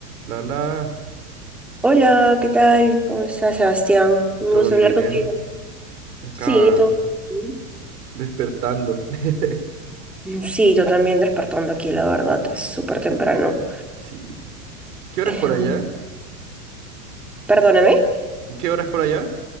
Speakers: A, on the right; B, in the centre.
A: La la,
B: Hola, ¿qué tal? ¿Cómo estás, Sebastián? Un
A: todo
B: gusto
A: bien.
B: hablar contigo.
A: Acá
B: Sí, todo. bien.
A: despertando. <laughs>
B: Mm, Sí, yo también despertando aquí, la verdad, es súper temprano.
A: Sí. ¿Qué horas
B: Eh,
A: por allá?
B: un- perdóname.
A: ¿Y qué horas por allá?